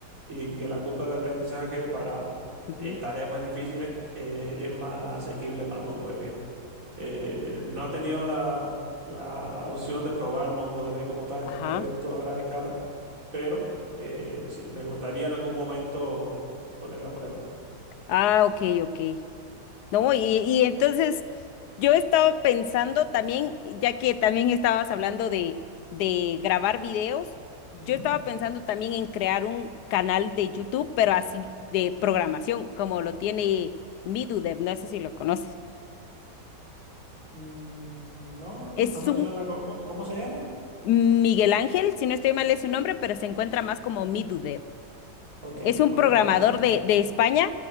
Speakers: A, on the right; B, on the left.
A: Y que la curva de aprendizaje para
B: ujú,
A: eh, tareas más difíciles eh, es más asequible para MongoDB. Eh, no he tenido la, la opción de probar MongoDB como tal
B: Ajá.
A: en un proyecto a gran escala, pero eh, sí, me gustaría en algún momento ponerlo a prueba.
B: Ah, ok, ok. No, y, y entonces yo estaba pensando también, ya que también estabas hablando de, de grabar videos, yo
A: Ujú.
B: estaba pensando también en crear un canal de YouTube, pero así de programación, como lo tiene Midudev, no sé si lo conoces.
A: Mm, no, no
B: Es
A: me
B: un
A: suena. co- co- ¿Cómo, se llama?
B: Miguel Ángel, si no estoy mal es su nombre, pero se encuentra más como Midudev.
A: Ok,
B: Es un
A: voy
B: programador
A: a buscarlo después.
B: de, de España